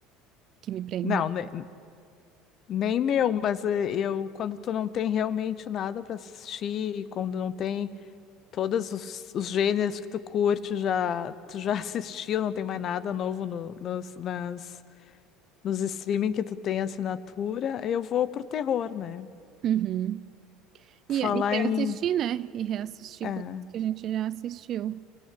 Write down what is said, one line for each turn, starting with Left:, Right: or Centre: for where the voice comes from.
Right: que me prende.
Left: Não, né, Nem meu, mas eh, eu, quando tu não tem realmente nada para assistir, e quando não tem todos os, os gêneros que tu curte, já, tu já <laughs> assistiu, não tem mais nada novo no- nos, nas, nos streaming que tu tem assinatura, eu vou pro terror, né?
Right: Uhum. E,
Left: Falar
Right: e reassistir,
Left: em.
Right: né? E reassistir
Left: É,
Right: coisas que a gente já assistiu.